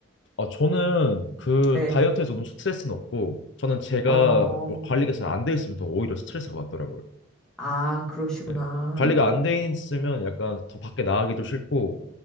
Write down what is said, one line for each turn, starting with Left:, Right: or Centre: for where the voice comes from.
Left: 어, 저는 그
Centre: 네.
Left: 다이어트에서 너무 스트레스는 없고 저는 제가
Centre: 어,
Left: 뭐 관리가 잘 안 돼 있으면 더 오히려 스트레스가 받더라고요.
Centre: 아, 그러시구나.
Left: 네. 관리가 안 돼 있으면 약간 더 밖에 나가기도 싫고